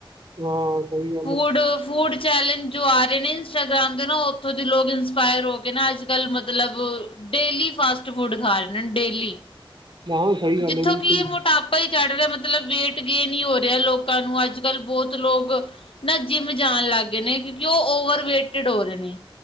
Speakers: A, on the right; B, on the left.
A: ਹਾਂ ਸਹੀਏ
B: ਫੂਡ ਫੂਡ ਚੈਲੇਂਜ ਜੋ ਆ ਰਹੇ ਨੇ ਇੰਸਟਾਗ੍ਰਾਮ ਦੇ ਨਾ ਉੱਥੋਂ ਦੇ ਲੋਕ ਇੰਸਪਾਇਰ ਹੋ ਅੱਜ ਕੱਲ ਮਤਲਬ ਡੇਲੀ ਫਾਸਟ ਫੂਡ ਖਾ ਰਹੇ ਡੇਲੀ
A: <unintelligible>
B: ਜਿੱਥੋਂ
A: ਬਿਲਕੁਲ
B: ਕਿ, ਇਹ ਮੋਟਾਪਾ ਹੀ ਚੜ੍ਹ ਰਿਹਾ ਮਤਲਬ ਵੇਟ ਗੇਨ ਹੀ ਹੋ ਰਿਹਾ, ਲੋਕਾਂ ਨੂੰ ਅੱਜ ਕੱਲ੍ਹ ਬਹੁਤ ਲੋਕ ਨਾ ਜਿੰਮ ਜਾਣ ਲੱਗ ਗਏ ਨੇ, ਕਿਉਂਕਿ ਉਹ ਓਵਰਵੇਟਡ ਹੋ ਰਹੇ ਨੇ।